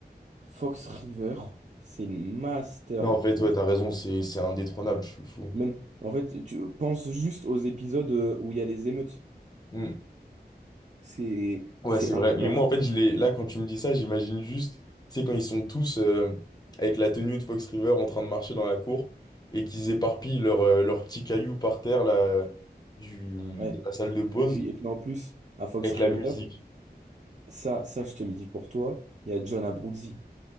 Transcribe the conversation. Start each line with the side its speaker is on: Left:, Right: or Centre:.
Right: Fox <laughs> River, c'est une masterclass.
Left: Non, en fait, ouais, t'as raison, c'est c'est indétrônable, je suis fou.
Right: Même, en fait, tu penses juste aux épisodes euh, où il y a les émeutes.
Left: Hmm.
Right: C'est,
Left: Ouais,
Right: c'est
Left: c'est vrai.
Right: incroyable.
Left: Mais moi, en fait, je les... là, quand tu me dis ça, j'imagine juste, tu sais, quand ils sont tous euh, avec la tenue de Fox River en train de marcher dans la cour et qu'ils éparpillent leurs leur petits cailloux par terre, là, du...
Right: Ouais.
Left: de la salle de pause.
Right: Et puis, et puis, en plus, à Fox
Left: avec
Right: River,
Left: la musique.
Right: ça, ça, je te le dis pour toi, il y a John Abruzzi.